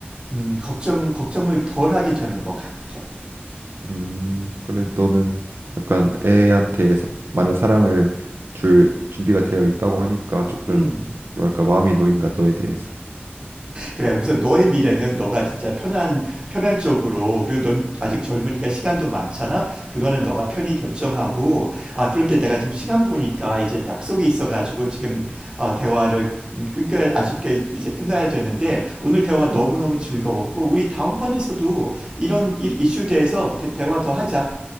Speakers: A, on the right; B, on the right.
A: 음, 걱정, 걱정을 덜 하게 되는 것 같아.
B: 음. 그래 너는 약간 애한테 사- 많은 사랑을 줄 준비가 되어 있다고 하니까 조금
A: 음.
B: 뭐랄까 마음이 놓인다 너에 대해서.
A: 그래, 우선 너의 미래는 너가 진짜 편한, 편한 쪽으로, 그리고 넌 아직 젊으니까 시간도 많잖아? 그거는 너가 편히 결정하고, 아, 그런데 내가 지금 시간 보니까 이제 약속이 있어가지고 지금 어, 대화를 끊겨, 아쉽게 이제 끝나야 되는데, 오늘 대화 너무너무
B: 어,
A: 즐거웠고, 우리 다음번에서도 이런 이- 이슈에 대해서 대, 대화 더 하자.